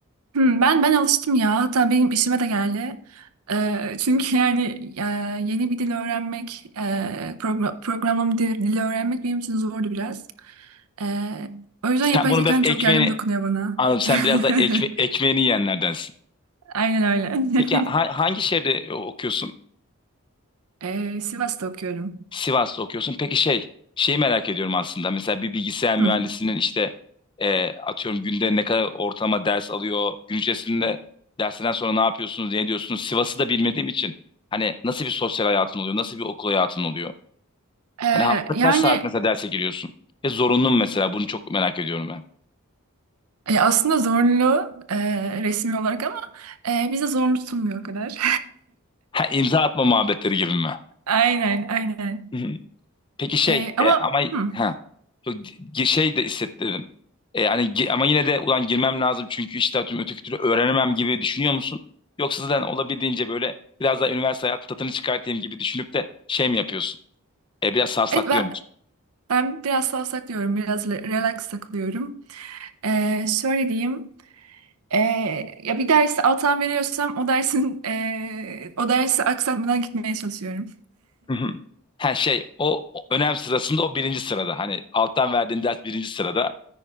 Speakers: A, on the right (about 85°); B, on the left (about 20°).
A: Hmm, ben ben alıştım ya. Hatta benim işime de geldi. Ee, çünkü <laughs> yani e, yeni bir dil öğrenmek, e, progra- programlama dil- dili öğrenmek benim için zordu biraz. Ee, o yüzden
B: Sen
A: yapay
B: bunu
A: zekanın
B: biraz ekmeğini
A: çok yardım dokunuyor bana.
B: Anladım. Sen
A: <laughs>
B: biraz da ekme- ekmeğini yiyenlerdensin.
A: Aynen öyle.
B: Peki ha-
A: <laughs>
B: hangi şehirde e, okuyorsun?
A: Ee, Sivas'ta okuyorum.
B: Sivas'ta okuyorsun. Peki şey, şeyi merak ediyorum aslında. Mesela bir bilgisayar mühendisinin
A: Hı.
B: işte e, atıyorum günde ne kadar ortalama ders alıyor? Gün içerisinde dersinden sonra ne yapıyorsunuz, ne ediyorsunuz? Sivas'ı da bilmediğim için hani nasıl bir sosyal hayatın oluyor? Nasıl bir okul hayatın oluyor?
A: Ee,
B: Hani hafta
A: yani
B: kaç saat mesela derse giriyorsun? Ve zorunlu mu mesela? Bunu çok merak ediyorum ben.
A: e, aslında zorlu e, resmi olarak ama e, bize zorlu tutulmuyor o kadar.
B: Ha, imza atma muhabbetleri gibi mi?
A: <laughs> Aynen, aynen.
B: <laughs> Peki şey
A: Ee, ama
B: e, ama
A: hı.
B: ha çok gi- şey de hissettirdim. E, hani gi- ama yine de ulan girmem lazım çünkü işte tüm öteki türlü öğrenemem gibi düşünüyor musun? Yoksa zaten olabildiğince böyle biraz daha üniversite hayatı tadını çıkartayım gibi düşünüp de şey mi yapıyorsun? E, biraz savsaklıyor
A: Evet ben
B: musun?
A: Ben biraz savsak diyorum, biraz le- relax takılıyorum. Ee, şöyle diyeyim, ee, ya bir dersi alttan veriyorsam o dersin ee, o dersi aksatmadan gitmeye çalışıyorum.
B: Hı hı. Ha şey o, o önem sırasında o birinci sırada. Hani alttan verdiğin ders birinci sırada.